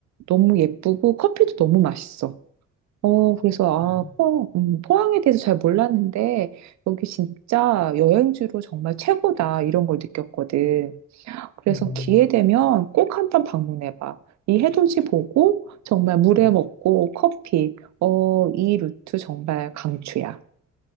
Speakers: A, on the right; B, on the left.
A: 너무 예쁘고 커피도 너무 맛있어. 어, 그래서
B: 네.
A: 아, 포항, 음, 포항에 대해서 잘 몰랐는데 여기 진짜 여행지로 정말 최고다 이런 걸 느꼈거든. 그래서
B: 음,
A: 기회 되면 꼭 한 번 방문해 봐. 이 해돋이 보고 정말 물회
B: 음.
A: 먹고 커피. 어, 이 루트 정말 강추야.